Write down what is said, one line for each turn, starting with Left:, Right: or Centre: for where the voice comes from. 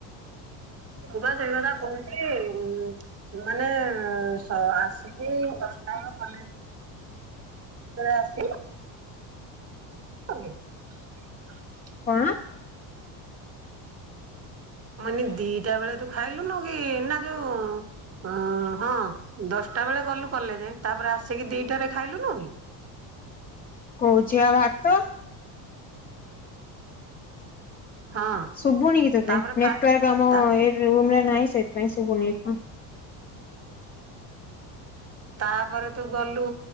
Right: ମୁଁ ବା ସେଇ କଥା କହୁଛି। ଉ-ମାନେ ସ-ଆସିକି ଦଶ ଆମ କଲେଜ୍ କେତେବେଳେ ଆସିଲୁ? <unintelligible>
Left: କଣ?
Right: ମାନେ ଦିଟା ବେଳେ ତୁ ଖାଇଲୁନୁ କି ନା ଯୋଉ ଅ ହଁ ଦଶ ଟା ବେଳେ ଗଲୁ କଲେଜେ ତାପରେ ଆସିକି ଦିଟାରେ ଖାଇଲୁନୁ କି?
Left: କହୁଚି ପା ଭାତ।
Right: ହଁ
Left: ସୁଭୁନି କି ତୋତେ?
Right: ତାପରେ ଖାଏ
Left: ନେଟୱାର୍କ ଆମ
Right: ତା
Left: ଏ ରୁମ୍ ରେ ନାଇଁ ସେଥିପାଇଁ ପାଇ ସୁଭୁନି କି କଣ।
Right: ତାପରେ ତୁ ଗଲୁ